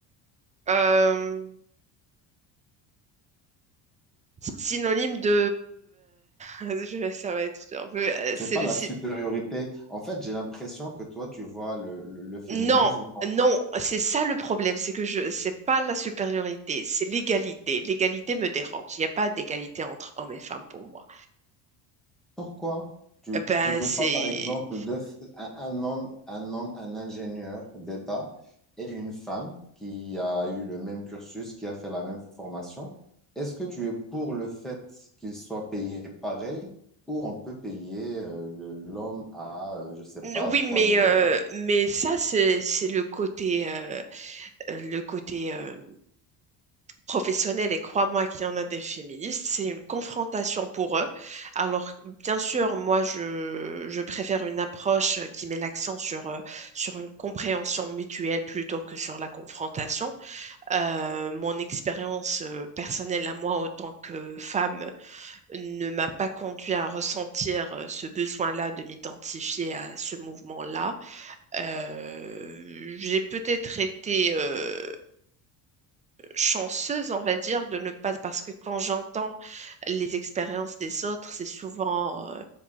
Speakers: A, on the right (about 20°); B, in the centre.
A: Euh, synonyme de, euh, <laughs> je vais- ça va être dur. mais,
B: C'est
A: euh, C'est
B: pas
A: le
B: la
A: syn-
B: supériorité. En fait, j'ai l'impression que toi, tu vois le, le, le féminisme
A: non, non, c'est ça le problème, c'est que je, c'est pas la supériorité, c'est l'égalité. L'égalité me dérange. Il n'y a pas d'égalité entre hommes et femmes pour moi.
B: Pourquoi? Tu,
A: Euh,
B: tu,
A: Ben
B: tu veux
A: c'est
B: pas, par exemple, de, f- un, un homme, un homme, un ingénieur d'État et une femme qui a eu le même cursus, qui a fait la même formation. Est-ce que tu es pour le fait qu'ils soient payés pareil ou on peut payer euh, le- l'homme à, euh, je sais pas,
A: Oui,
B: trois
A: mais,
B: mille
A: euh,
B: euros?
A: mais ça, c'est, c'est le côté, euh, euh, le côté euh, professionnel, et crois-moi qu'il y en a des féministes, c'est une confrontation pour eux. Alors, bien sûr, moi, je, je préfère une approche qui met l'accent sur, euh, sur une compréhension mutuelle plutôt que sur la confrontation. Euh, mon expérience euh, personnelle à moi, en tant que femme, ne m'a pas conduit à ressentir euh, ce besoin-là de m'identifier à ce mouvement-là. Euh, j'ai peut-être été euh, chanceuse, on va dire, de ne pas, parce que quand j'entends les expériences des autres, c'est souvent euh,